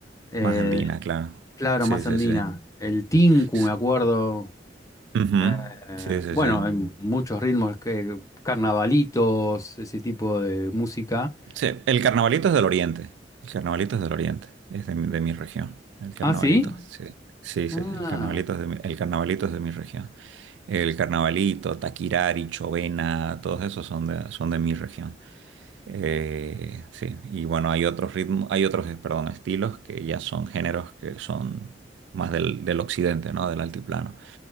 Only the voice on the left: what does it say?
Eh,
claro,
más
andina.
El tinku,
me acuerdo.
Eh,
bueno,
hay muchos ritmos, que, carnavalitos, ese tipo de música.
Ah, ¿sí?
Ah,